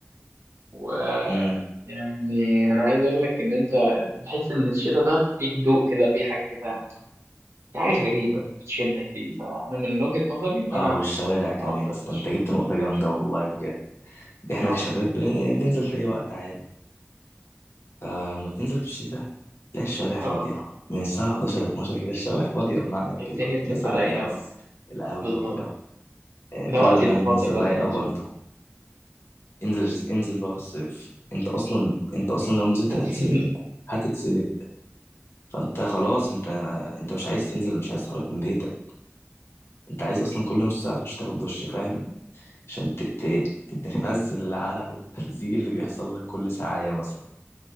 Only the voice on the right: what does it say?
و
يعني انا عايز اقول لك ان انت بتحس ان الشتاء ده فيه هدوء كده فيه حاجه كده في حاجة غريبة بتشدك ليه فأنا من وجهة نظري إن
أنا
أفضل
في الشتاء
مش
آه
آه
الدنيا بتبقى
رايقة بقى
بالظبط
ده
وقتي
المفضل
بقى في النزول
<laughs>